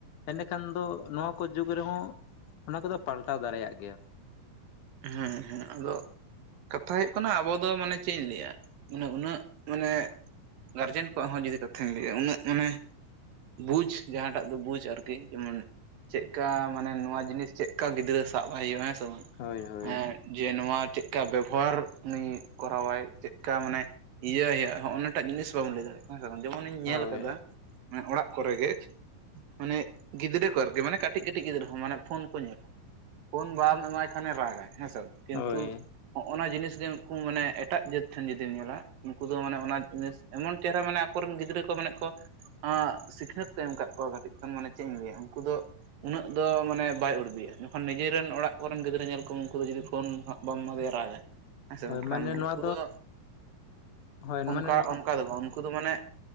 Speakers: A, on the left; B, on the right.
A: ᱮᱸᱰᱮᱠᱷᱟᱱ ᱫᱚ ᱱᱚᱣᱟ ᱠᱚ ᱡᱩᱜᱽ ᱨᱮᱦᱚᱸ ᱚᱱᱟ ᱠᱚᱫᱚ ᱯᱟᱞᱴᱟᱣ ᱫᱟᱲᱮᱭᱟᱜ ᱜᱮᱭᱟ
B: ᱦᱮᱸ ᱦᱮᱸ ᱟᱫᱚ ᱠᱟᱛᱷᱟ ᱦᱩᱭᱩᱜ ᱠᱟᱱᱟ᱾ ᱟᱵᱚ ᱫᱚ ᱢᱟᱱᱮ ᱪᱮᱫ ᱤᱧ ᱞᱟᱹᱭᱟ ᱢᱟᱱᱮ ᱩᱱᱟᱹᱜ ᱢᱟᱱᱮ ᱜᱟᱨᱡᱮᱱ ᱠᱚᱣᱟᱜ ᱦᱚᱸ ᱡᱩᱫᱤ ᱠᱟᱛᱷᱟᱧ ᱞᱟᱹᱭ-ᱮᱟ ᱩᱱᱟᱹᱜ ᱢᱟᱱᱮ ᱵᱩᱡᱽ ᱡᱟᱦᱟᱸᱴᱟᱜ ᱫᱚ ᱵᱩᱡᱽ ᱟᱨᱠᱤ ᱡᱮᱢᱚᱱ ᱪᱮᱫᱠᱟ ᱢᱟᱱᱮ ᱱᱚᱣᱟ ᱡᱤᱱᱤᱥ ᱪᱮᱫᱠᱟ ᱜᱤᱫᱽᱨᱟᱹ ᱥᱟᱵ ᱟᱭ ᱦᱩᱭᱩᱜᱼᱟ, ᱦᱮᱸ ᱥᱮ ᱵᱟᱝ
A: ᱦᱳᱭ ᱦᱳᱭ
B: ᱮᱸ ᱡᱮ ᱱᱚᱣᱟ ᱪᱮᱫᱠᱟ ᱵᱮᱵᱚᱦᱟᱨ ᱩᱱᱤ ᱠᱚᱨᱟᱣᱟᱭ ᱪᱮᱫᱠᱟ ᱢᱟᱱᱮ ᱤᱭᱟᱹ ᱦᱩᱭᱩᱜ ᱱᱚᱜᱼ ᱚᱱᱟᱴᱟᱜ ᱡᱤᱱᱤᱥ ᱵᱟᱵᱚᱱ ᱞᱟᱹᱭ ᱫᱟᱲᱮᱭᱟᱜ ᱠᱟᱱᱟ, ᱦᱮᱸ ᱥᱮ ᱵᱟᱝ ᱡᱮᱢᱚᱱᱤᱧ ᱧᱮᱞ
A: ᱦᱳᱭ
B: ᱟᱠᱟᱫᱟ ᱚᱲᱟᱜ ᱠᱚᱨᱮ ᱜᱮ ᱢᱟᱱᱮ ᱜᱤᱫᱽᱨᱟᱹ ᱠᱚ ᱟᱨᱠᱤ ᱢᱟᱱᱮ ᱠᱟᱹᱴᱤᱡ ᱠᱟᱹᱴᱤᱡ ᱜᱤᱫᱽᱨᱟᱹ ᱦᱚᱸ ᱢᱟᱱᱮ ᱯᱷᱳᱱ ᱠᱚ ᱧᱮᱞᱟ᱾ ᱯᱷᱳᱱ ᱵᱟᱢ ᱮᱢᱟᱭ ᱠᱷᱟᱱ ᱠᱷᱟᱱᱮ ᱨᱟᱜᱟᱭ ᱦᱮᱸᱥᱮ ᱵᱟᱝ ᱠᱤᱱᱛᱩ
A: ᱦᱳᱭ
B: ᱱᱚᱜᱼᱚᱱᱟ ᱡᱤᱱᱤᱥ ᱜᱮ ᱢᱟᱱᱮ ᱮᱴᱟᱜ ᱡᱟᱹᱛ ᱴᱷᱮᱱ ᱡᱩᱫᱤᱢ ᱧᱮᱞᱟ᱾ ᱩᱱᱠᱩ ᱫᱚ ᱢᱟᱱᱮ ᱚᱱᱟ ᱡᱤᱱᱤᱥ ᱮᱢᱚᱱ ᱪᱮᱦᱮᱨᱟ ᱢᱟᱱᱮ ᱟᱠᱚ ᱨᱮᱱ ᱜᱤᱫᱽᱨᱟᱹ ᱠᱚ ᱢᱮᱱᱟᱜ ᱠᱚᱣᱟ᱾ ᱚᱸ ᱥᱤᱠᱷᱱᱟᱹᱛ ᱠᱚ ᱮᱢ ᱠᱟᱫ ᱠᱚᱣᱟ ᱠᱟᱹᱴᱤᱡ, ᱠᱷᱚᱱ ᱢᱟᱱᱮ ᱪᱮᱫ ᱤᱧ ᱞᱟᱹᱭᱟ ᱩᱱᱠᱩ ᱫᱚ ᱩᱱᱟᱹᱜ ᱫᱚ ᱢᱟᱱᱮ ᱵᱟᱭ ᱩᱨᱵᱤᱭᱟ ᱡᱚᱠᱷᱚᱱ ᱱᱤᱡᱮᱨ ᱨᱮᱱ ᱚᱲᱟᱜ ᱠᱚ ᱨᱮᱱ ᱜᱤᱫᱽᱨᱟᱹ ᱧᱮᱞ ᱠᱚ ᱩᱱᱠᱩ ᱫᱚ ᱡᱩᱫᱤ ᱯᱷᱳᱱ ᱵᱟᱢ ᱮᱢᱟᱫᱮᱭᱟ ᱨᱟᱜᱟᱭ᱾ ᱦᱮᱸ ᱥᱮ
A: ᱦᱳᱭ
B: ᱵᱟᱝᱠᱷᱟᱱ
A: ᱢᱟᱱᱮ ᱱᱚᱣᱟ
B: ᱩᱱᱠᱩ ᱫᱚ
A: ᱦᱳᱭ ᱢᱟᱱᱮ
B: ᱚᱱᱠᱟ
A: ᱱᱚᱣᱟ
B: ᱚᱱᱠᱟ ᱫᱚ ᱵᱟᱝ ᱩᱱᱠᱩ ᱫᱚ ᱢᱟᱱᱮ